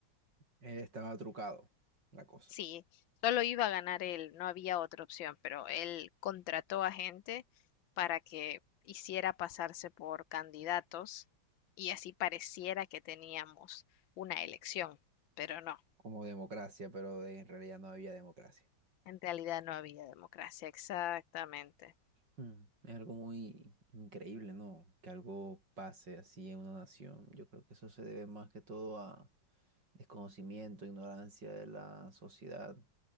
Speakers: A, on the right; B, on the left.
A: Eh, estaba trucado la cosa,
B: Sí, solo iba a ganar él, no había otra opción, pero él contrató a gente para que hiciera pasarse por candidatos y así pareciera que teníamos una elección, pero no,
A: como democracia, pero de- en realidad no había democracia.
B: en realidad no había democracia, exactamente.
A: Mm, Es algo muy increíble, ¿no? Que algo pase así en una nación. Yo creo que eso se debe más que todo a desconocimiento, ignorancia de la sociedad